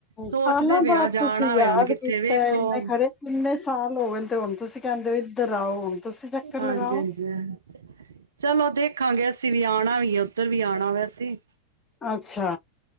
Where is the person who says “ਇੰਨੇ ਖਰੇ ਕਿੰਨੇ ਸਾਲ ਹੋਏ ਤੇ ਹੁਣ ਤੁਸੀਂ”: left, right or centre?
Left